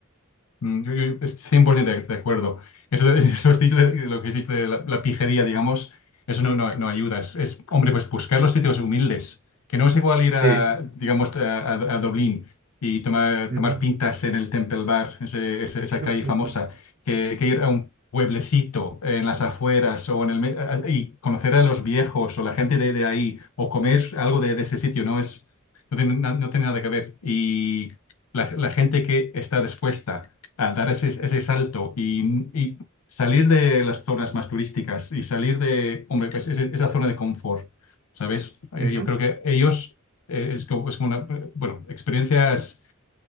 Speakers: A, on the left (about 80°); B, on the right (about 45°).
A: Mm, Yo, yo estoy 100% de, de acuerdo. Eso, de, <laughs> eso has dicho de- de lo que has dicho de la, la pijería, digamos, eso no, no, no ayuda. Es, es, hombre, pues buscar los sitios humildes, que no es igual ir
B: Sí.
A: a, digamos, a, a- a Dublín y tomar,
B: Ujú.
A: tomar pintas en el Temple Bar, ese- ese- esa
B: <laughs>
A: calle famosa, que, que ir a un pueblecito en las afueras o en el, me- a- a- y conocer a los viejos o la gente de, de ahí o comer algo de, de ese sitio, no es, no tiene, na- no tiene nada que ver. Y la, la gente que está dispuesta a dar ese, ese salto y, y salir de las zonas más turísticas y salir de, hombre, pues ese- esa zona de confort, ¿sabes? Eh,
B: Ujú.
A: yo creo que ellos eh, es como, es como una, bueno, experiencias